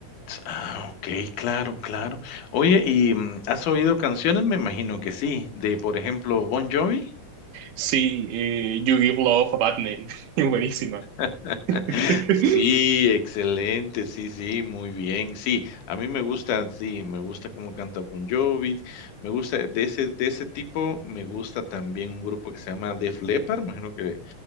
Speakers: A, on the left; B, on the right.
A: Ah, okey, claro, claro. Oye, y, mm, ¿has oído canciones? Me imagino que sí, de, por ejemplo, Bon Jovi.
B: Sí, eh, You Give Love a Bad Name, <laughs> Es buenísima.
A: <laughs>
B: <laughs>
A: Sí, excelente, sí, sí, muy bien. Sí, a mí me gusta, sí, me gusta cómo canta Bon Jovi, me gusta de ese de ese tipo, me gusta también un grupo que se llama Def Leppard, imagino que